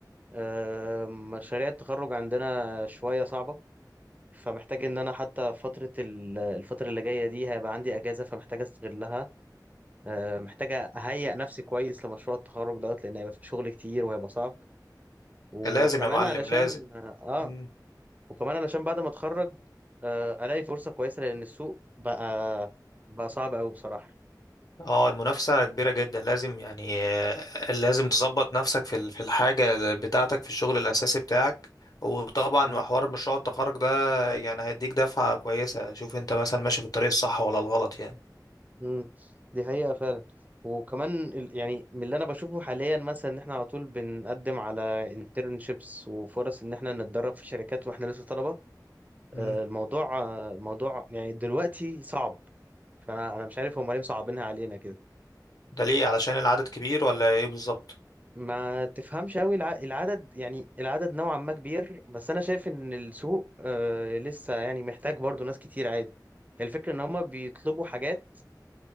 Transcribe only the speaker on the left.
لازم يا معلم
لازم
مم.
اه المنافسة كبيرة جدا لازم يعني آه، لازم تظبط نفسك في ال- في الحاجة بتاعتك في الشغل الأساسي بتاعك وطبعا
حوار مشروع التخرج ده يعني هيديك دفعة كويسة شوف انت مثلا ماشي في الطريق الصح ولا الغلط يعني
مم.
ده ليه علشان العدد كبير ولا ايه بالظبط